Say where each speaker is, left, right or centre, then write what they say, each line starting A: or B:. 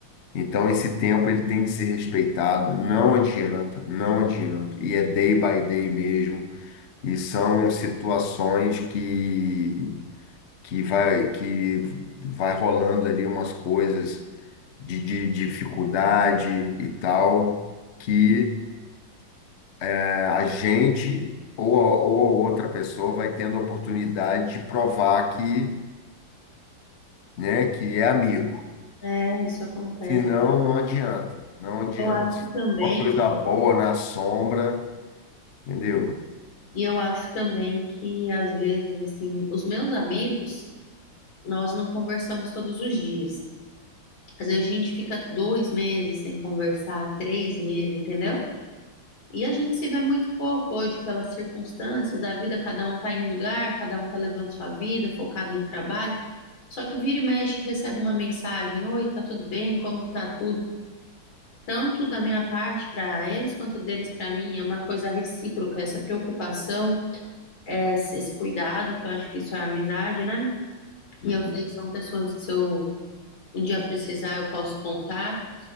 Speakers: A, on the left; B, on the left.
A: Então, esse tempo ele tem que ser respeitado, não adianta, não adianta. E é day by day mesmo, e são situações que que vai que vai rolando ali umas coisas de, de dificuldade e tal, que eh, a gente ou, a- ou a outra pessoa vai tendo a oportunidade de provar que, né, que é amigo.
B: É, isso acontece.
A: Senão, não adianta, não adianta.
B: Eu acho também.
A: Uma coisa boa na sombra, entendeu?
B: E eu acho também que, às vezes, assim, os meus amigos, nós não conversamos todos os dias. Às vezes a gente fica dois meses sem conversar, três meses, entendeu? E a gente se vê muito pouco hoje pelas circunstâncias da vida, cada um tá em um lugar, cada um tá levando sua vida, focado no trabalho. Só que vira e mexe, recebe uma mensagem: Oi, tá tudo bem? Como que tá tudo? Tanto da minha parte para eles quanto deles para mim, é uma coisa recíproca, essa preocupação. essa- esse cuidado, que eu acho que isso é amizade, né?
A: Uhum.
B: E eu sei que são pessoas que se eu um dia precisar, eu posso contar.